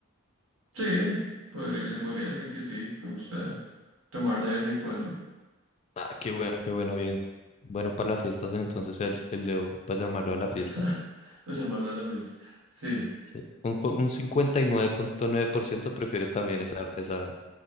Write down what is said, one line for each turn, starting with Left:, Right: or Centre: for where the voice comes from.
Right: Sí, podría- se podría decir que sí, me gusta tomar de vez en cuando.
Left: Ah, qué bueno, qué bueno, bien. Bueno, para las fiestas entonces el, el Leo, para llamarlo a la fiesta.
Right: <laughs> O llamarlo a la fiesta. Sí.
Left: Sí. Un, cu- un cincuenta y nueve punto nueve por ciento prefiere también esa, esa,